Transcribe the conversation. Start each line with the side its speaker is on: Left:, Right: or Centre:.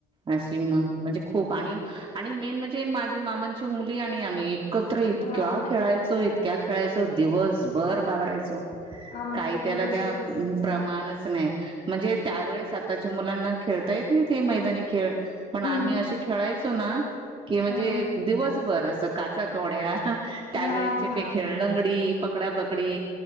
Right: अशी म्हणजे खूप आणि आणि मेन म्हणजे माझे मामांची मुली आणि आम्ही, एकत्र इतक्या
Left: हां,
Right: खेळायचो इतक्या खेळायचो दिवसभर बागडायचो.
Left: आमचं
Right: काही
Left: पण
Right: त्याला
Left: तसंच
Right: त्या
Left: असायचं
Right: प्रमाणच नाही. म्हणजे त्यावेेळेस आताच्या मुलांना खेळता येत नाहीत हे मैदानी खेळ पण
Left: हं,
Right: आम्ही असे खेळायच असो ना की म्हणजे
Left: हं.
Right: दिवसभर असं काचा कवड्या ह त्यावेळेचे
Left: हां, हां,
Right: ते खेळ लंगडी पकडापकडी